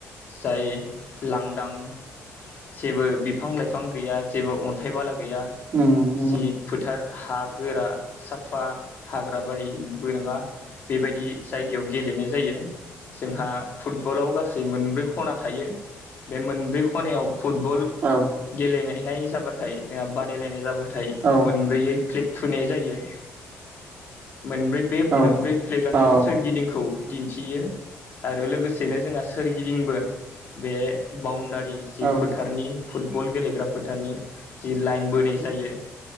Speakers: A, on the left; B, on the right.
A: जाय लांदां जेबो बिफां-लाइफां गैया जेबो अन। अनथाय बाला गैया,
B: उम नंगौ
A: जि फोथार। हा गोरा साफा हाग्रा बारिबो नङा। बेबायदि जायगायाव गेलेनाय जायो। जोंहा फुटबलाव गासै मोनब्रै। ख'ना थायो। बे मोनब्रै ख'नायाव फुटबल।
B: औ।
A: गेलेनायनाय जाबाथाय जोंहा बादायलायनाय जाबाथाय
B: औ
A: मोनब्रैयै फ्लेक। थुनाय जायो। मोनब्रै बे
B: औ
A: मोनब्रै फ्लेगानो
B: औ
A: सोरगिदिंखौ। दिन्थियो आरो लोगोसेनो जोंहा सोरगिदिंबो। बे बाउण्डारि जि
B: औ
A: फोथारनि। फुटबल गेलेग्रा फोथारनि जि लाइन बोनाय जायो।